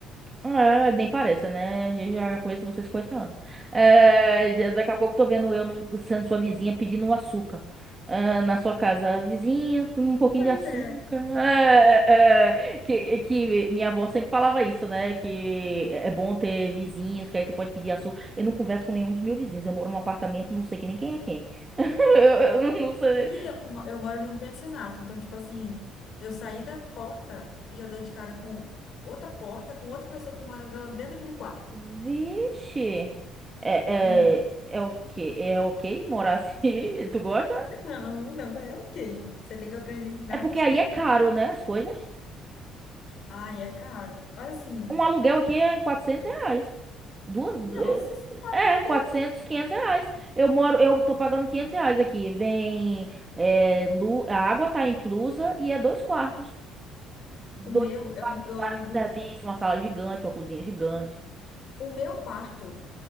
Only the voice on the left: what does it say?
Pois
é.
E eu, que mo- eu moro em um pensionato, então, tipo assim, eu saí da porta, já dou de cara com outra porta, com outra pessoa que mora lá dentro daquele quarto.
Uhum.
Não, não, é ok. Você tem que aprender a lidar
com os
costumes.
Ai, é caro. Mas assim.
Nossa
senhora,
que ainda
é.
O meu, eu,
eu
alugo.
O meu quarto